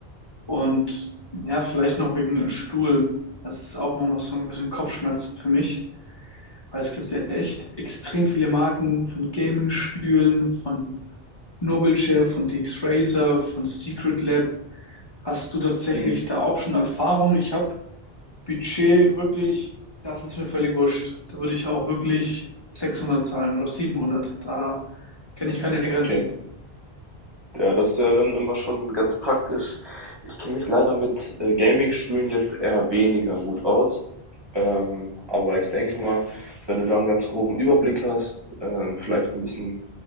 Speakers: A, on the left; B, on the right.
A: Und ja, vielleicht noch wegen Stuhl. Das ist auch mal noch so ein bisschen Kopfschmerzen für mich. Weil es gibt ja echt extrem viele Marken von Gaming-Stühlen, von Noble Chair, von DX Razer, von Secret Lab. Hast du tatsächlich
B: Mhm.
A: da auch schon Erfahrung? Ich habe Budget wirklich, das ist mir völlig wurscht. Da würde ich auch wirklich 600 zahlen oder 700. Da kenne ich keine Grenzen.
B: Okay. Ja, das ist ja dann immer schon ganz praktisch. Ich kenne mich leider mit äh, Gaming-Stühlen jetzt eher weniger gut aus. Ähm, aber ich denke mal, wenn du da einen ganz groben Überblick hast, ähm, vielleicht ein bisschen